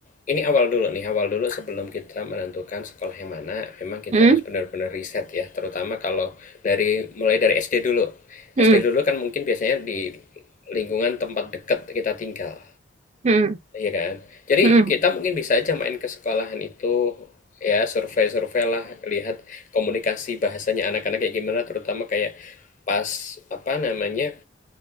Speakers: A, on the left; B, on the right.
A: ini awal dulu nih, awal dulu sebelum kita menentukan sekolah yang mana, memang kita
B: Hmm?
A: harus benar-benar riset ya, terutama kalau dari mulai dari SD dulu.
B: Hmm.
A: SD dulu kan mungkin biasanya di lingkungan tempat dekat kita tinggal,
B: Hmm.
A: iya kan? Jadi
B: Hmm.
A: kita mungkin bisa aja main ke sekolahan itu ya survei-survei lah lihat komunikasi bahasanya anak-anak kayak gimana terutama kayak pas apa namanya